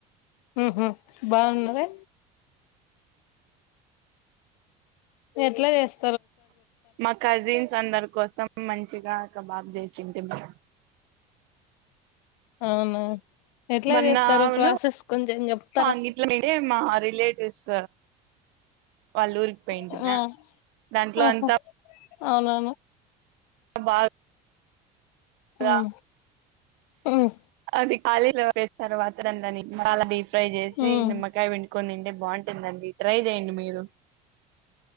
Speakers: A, on the left; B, on the right.
A: ఆహా బాగుందా ఎట్లా చేస్
B: మా కజిన్స్ అందరి కోసం మంచిగా కబాబ్ చేసింది మ
A: అవునా ఎట్ల
B: మొన్నను
A: చేస్తారు ప్రాసెస్ కొంచెం చెప్తారా
B: అంగిట్లోంటే మా రిలేటివ్స్ వాళ్ళ ఊరికి పోయింటిమా
A: మ్మ్
B: దాంట్లో
A: ఆహ
B: అంతా
A: అవునా
B: కబా ల
A: ఉమ్ ఉమ్
B: అది అది ఆలీలో వేసిన తర్వాత దాన్ దాన్ని బాగా <unintelligible> ట్రై చేసి
A: ఉమ్
B: నిమ్మకాయ పిండుకొని తింటే బాగుంటుందండి ట్రై చేయండి మీరు